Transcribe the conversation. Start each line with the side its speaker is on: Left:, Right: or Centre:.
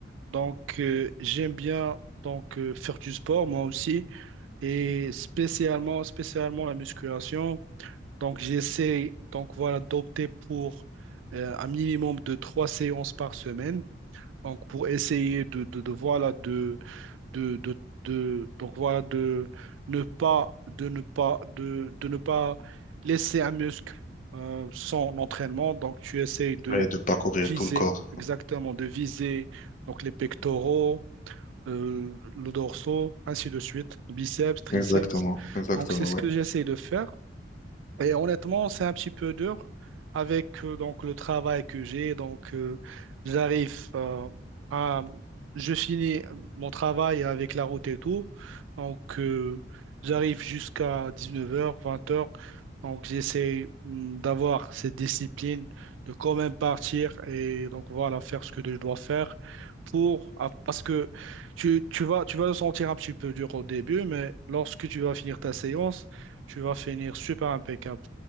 Right: donc euh, j'aime bien donc euh, faire du sport moi aussi et spécialement, spécialement la musculation. Donc, j'essaie donc voilà d'opter pour euh, un minimum de trois séances par semaine. Donc, pour essayer de, de, de, voilà de, de, de, de- donc voilà de ne pas de ne pas de, de ne pas laisser un muscle euh, sans entraînement. Donc, tu essayes de
Left: ouais, de parcourir
Right: viser
Left: tout le corps.
Right: exactement de viser donc les pectoraux. euh, le dorsaux, ainsi de suite, biceps, triceps.
Left: Exactement, exactement,
Right: Donc, c'est ce
Left: ouais.
Right: que j'essaie de faire. Et honnêtement, c'est un petit peu dur avec euh, donc le travail que j'ai. Donc, euh, j'arrive euh, à, je finis mon travail avec la route et tout. Donc, euh, j'arrive jusqu'à 19 heures, 20 heures. Donc, j'essaie hum, d'avoir cette discipline de quand même partir et donc voilà, faire ce que je dois faire pour ah, parce que tu, tu vas tu vas le sentir un petit peu dur au début, mais lorsque tu vas finir ta séance tu vas finir super impeccable.